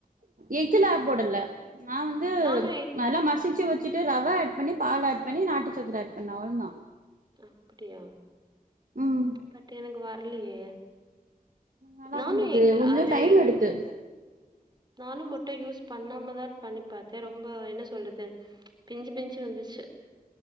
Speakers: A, on the right; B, on the right.
A: எஃகுலாப் போடல நா வந்து
B: நானு எக்
A: நல்லா மசிச்சு வச் சிட்டு ரவ ஆட் பண்ணி பால் ஆட் பண்ணி நாட்டு சக்கர ஆட் பண்ணே அவ்ளதா
B: அப்பிடியா
A: ம்
B: பட் எனக்கு வர் ர்லையே
A: நல்லா
B: நானு
A: வந்தது
B: எக்
A: கொஞ்சோ
B: அதுல
A: டைம்
B: எக்
A: எடுத்து
B: உம் உம் நானு முட்ட யூஸ் பண்ணாமதா பண்ணி பாத்தே ரொம்ப என்ன சொல்றது பிஞ்சி பிஞ்சு வந்துச்சு